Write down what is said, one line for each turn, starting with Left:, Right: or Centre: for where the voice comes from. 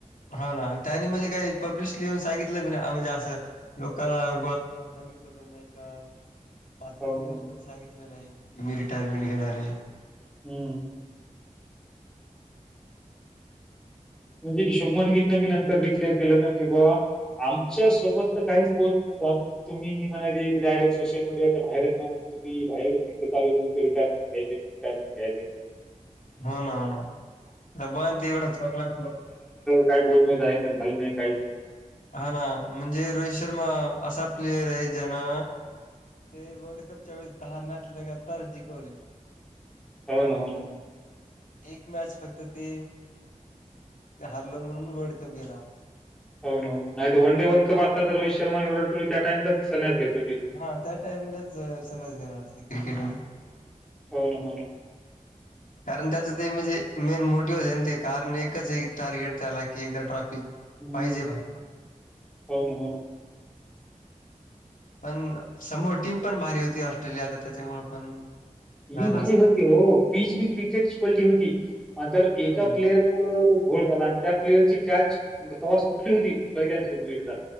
Left: हा ना त्यांनी म्हणजे काही पब्लिश लिऊन सांगितलं बी म्हणजे असं लोकांना गोळा करून सांगितलं पण नाही का बातमी
Centre: हो
Left: न्यूज
Centre: ना, हो ना.
Left: मध्ये सांगितलं नाही की मी रिटायरमेंट घेणार आहे
Centre: हम्म म्हणजे हिशोमनगिरने बी नंतर डिक्लेअर केलं ना की बाबा आमच्या सोबत तर काहीच बोल नाही घलून तुम्ही म्हणाली डायरेक्ट सोशल मीडियाच्या बाहेरच म्हणा तुम्ही बाहेर तिकडे ल रिटायमेंट रिटयरमेट घ्यायले
Left: हो ना हो ना तर ब त एवढं चगला
Centre: काय बोलण नाही आहे मी झालं नाही काही
Left: हा ना म्हणजे रोहित शर्मा असा प्लेयर आहे ज्याना ते वर्ल्ड कपच्या वेळेस दहा मॅच लगत तरार जिकवलेत
Centre: हो ना हो ना
Left: एक मॅच फक्त ते हारलं म्हणून वर्ल्ड कप गेला आपण
Centre: होन नाही वन डे वर्ल्ड कप असला तर रोहित शर्मा त्या टामलाच संन्यास घेत होती
Left: हा त्या टाइमलाच संन्यास घेणारते क्रिकेट
Centre: हो ना हो ना
Left: कारण त्याच ते म्हणजे मेन मोटिव्हज आहे ना ते कारण एकच एक टार्गेट त्याला की एकदा ट्रॉफी
Centre: हम्म
Left: पाहिजे भारताला.
Centre: हो ना हो ना.
Left: पण समोर टीम पण भारी होती ऑस्ट्रेलिया तर त्याच्यामु पण
Centre: टीम
Left: झाला
Centre: भारी
Left: असं.
Centre: होती हो पीच बी विकेटची पडली होती मंत एका
Left: हम्म.
Centre: प्लेयर मु गोळ झाला आणि त्या प्लेयर ची कॅच तवास कुठली होती पहिल्यांद सुरू एकदा